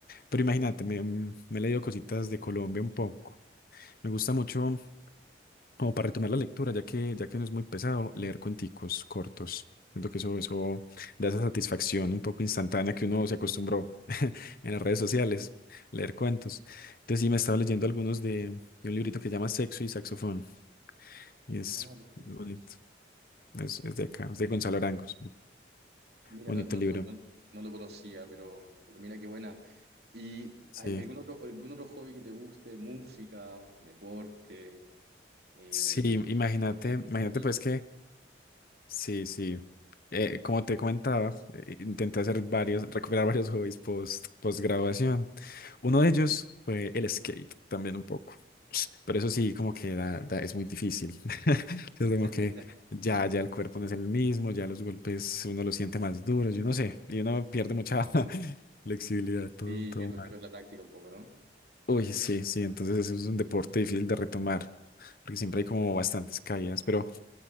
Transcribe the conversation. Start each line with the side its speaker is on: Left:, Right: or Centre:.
Left: Pero imagínate, me, mm, me he leído cositas de Colombia un poco. Me gusta mucho como para retomar la lectura, ya que, ya que no es muy pesado, leer cuenticos cortos. Siento que eso, eso da esa satisfacción un poco instantánea que uno se acostumbró <laughs> en las redes sociales, leer cuentos. Entonces sí, me estaba leyendo algunos de, de un librito que se llama Sexo y Saxofón. Y es,
Right: Ah, perfecto.
Left: bonito. Es, es de acá, es de Gonzalo Arangos.
Right: Mira,
Left: Bonito
Right: no, no,
Left: libro.
Right: no, no, no lo conocía, pero, pero mira qué buena. ¿Y
Left: Sí.
Right: hay algún otro, algún otro hobby que te guste? Música, deporte, eh,
Left: Sí, imagínate,
Right: salir con
Left: imagínate
Right: tus amigos.
Left: pues que Sí, sí. Eh, como te comentaba, eh, intenté hacer varios, recuperar varios hobbies post, post graduación. Uno de ellos fue el skate, también un poco. Pero eso sí, como que da- da- es muy difícil. <laughs> Yo
Right: <laughs>
Left: tengo que ya, ya el cuerpo no es el mismo, ya los golpes uno los siente más duros, yo no sé, y uno pierde mucha <laughs> flexibilidad, todo,
Right: Sí,
Left: todo
Right: pierdes,
Left: mal.
Right: pierdes la práctica un poco, ¿no?
Left: Uy, sí, sí, entonces eso es un deporte difícil de retomar, porque siempre hay como bastantes caídas, pero,